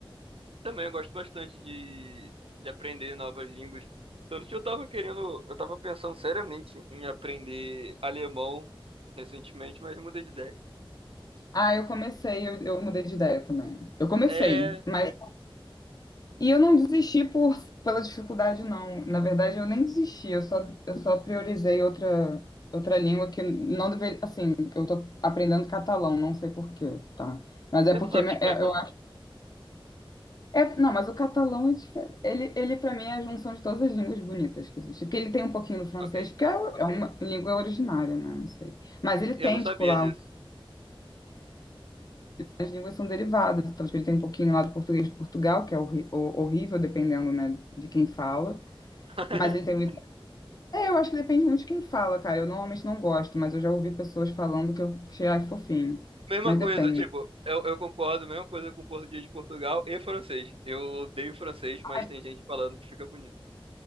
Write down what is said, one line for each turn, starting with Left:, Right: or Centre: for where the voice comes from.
Right: também eu gosto bastante de, de aprender novas línguas. Tanto que eu tava querendo, eu tava pensando seriamente em aprender alemão recentemente, mas mudei de ideia.
Left: Ah, eu comecei, eu, eu mudei de ideia também. Eu comecei,
Right: É,
Left: mas E eu não desisti por, <laughs> pela dificuldade, não. Na verdade, eu nem desisti, eu só, eu só priorizei outra, outra língua que não deveria. Assim, eu tô aprendendo catalão, não sei por quê, tá? Mas é
Right: você
Left: porque
Right: não sabe
Left: me-
Right: espanhol?
Left: é- eu acho.
Right: <laughs>
Left: É, não, mas o catalão é diferente. Ele, ele para mim, é a junção de todas as línguas bonitas que existem. Porque ele tem um pouquinho do francês,
Right: Ok,
Left: que é, o- é uma língua originária, né? Não sei. Mas ele tem,
Right: eu não sabia
Left: tipo, lá,
Right: disso.
Left: um- as línguas são derivadas. Então, tipo, ele tem um pouquinho lá do português de Portugal, que é horri- ho- horrível, dependendo, né, de quem fala.
Right: <laughs>
Left: Mas ele tem o É, eu acho que depende muito de quem fala, cara. Eu normalmente não gosto, mas eu já ouvi pessoas falando que eu achei, ai, fofinho.
Right: Mesma
Left: Mas
Right: coisa,
Left: depende.
Right: tipo, eu, eu concordo, mesma coisa com português de Portugal e francês. Eu odeio francês, mas
Left: Ai,
Right: tem gente falando que fica bonito.